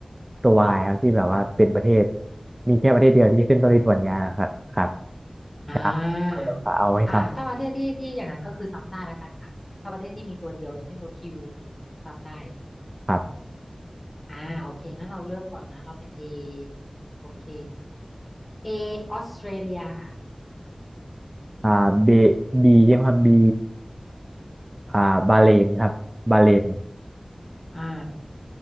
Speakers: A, on the right; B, on the left.
A: ตัววายครับที่แบบว่าเป็นประเทศมีแค่ประเทศเดียวที่ขึ้นต้นด้วยตัวเนี้ยครับครับ
B: อ่า
A: ครับเอาให้ซ้
B: อ่าถ้าประเทศที่ที่อย่างนั้นก็คือซ้ำได้ละกันค่ะถ้าประเทศที่มีตัวเดียวอย่างเช่นตัวคิวซ้ำได้
A: ำครับ
B: อ่าโอเคงั้นเราเริ่มก่อนนะเราเป็นเอโอเคเอออสเตรเลียค่ะ
A: อ่าเบบีใช่ไหมครับบีอ่าบาเลนครับบาเลน
B: อ่า